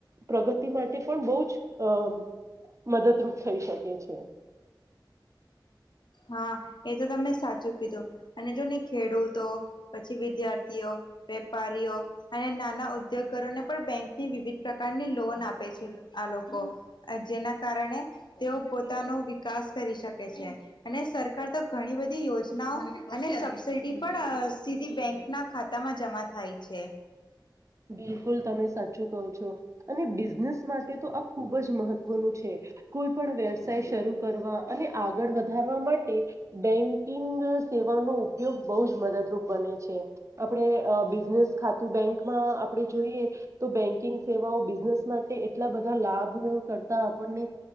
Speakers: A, on the right; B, on the left.
A: પ્રગતિ માટે પણ બહુ જ અ મદદરૂપ થઈ શકે છે.
B: હા એ તો તમે સાચું કીધું અને જો ને ખેડૂતો પછી વિદ્યાર્થીઓ વેપારીઓ અને નાના ઉદ્યોગકારો ને પણ બેન્ક વિવિધ પ્રકારની લોન આપે છે આ લોકો અ જેના કારણે તેઓ પોતાનું વિકાસ કરી શકે છે અને સરકાર તો ઘણી બધી યોજનાઓ અને સબસીિડી પણ સીધી બેંક ના ખાતા માં જમા થાય છે
A: બિલકુલ તમે સાચું કહો છો અને બિઝનેસ માટે આ ખુબ જ મહત્વનું છે કોઈ પણ વ્યવસાય શરૂ કરવા અને આગળ વધારવામાં માટે બેંકિંગ સેવાનો ઉપયોગ બહ જ મદદરૂપ બને છે આપણે બિઝનેસ ખાતું બેંક આપે જોઈએ તો બેંકિંગ સેવાઓ બિઝનેસ માટે એટલા બધા લાભો કરતા આપણને